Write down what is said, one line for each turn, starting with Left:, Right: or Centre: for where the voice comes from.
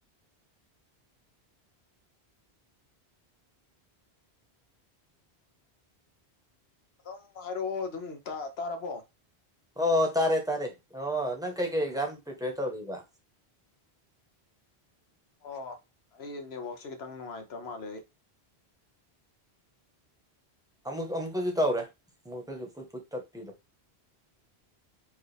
Left: ꯑꯗꯨꯝ ꯍꯥꯏꯔꯛꯑꯣ ꯑꯗꯨꯝ ꯇꯥꯔꯕꯣ
Centre: ꯑꯣ ꯍꯣꯏ ꯇꯥꯔꯦ ꯇꯥꯔꯦ ꯑꯣ ꯅꯪ ꯀꯩꯀꯩ ꯑꯦꯛꯖꯥꯝ ꯄ꯭ꯔꯤꯄꯦꯌꯔ ꯇꯧꯔꯤꯕ
Left: ꯑꯣ ꯑꯩ ꯅꯦꯠꯋꯥꯛꯁꯦ ꯈꯤꯇꯪ ꯅꯨꯡꯉꯥꯏꯇ ꯃꯥꯜꯂꯦ ꯑꯩ
Centre: ꯑꯃꯨꯛ ꯑꯃꯨꯛꯀꯁꯨ ꯇꯧꯔꯦ ꯑꯃꯨꯛꯀꯁꯨꯠꯠ ꯇꯠꯄꯤꯗꯣ